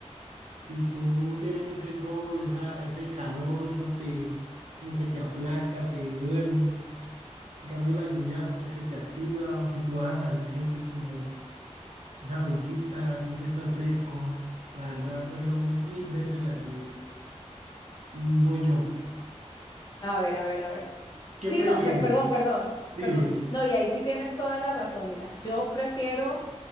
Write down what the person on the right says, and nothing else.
Si tú tienes ese sol, esa, ese calor, eso te como que te aplaca, te duerme. En cambio, la lluvia como que te activa. Si tú vas a salir, sientes como esa brisita, siempre estás fresco. La verdad, prefiero mu- mil veces la lluvia. Mm, Voy yo.
¿Qué
prefieres?
Dime.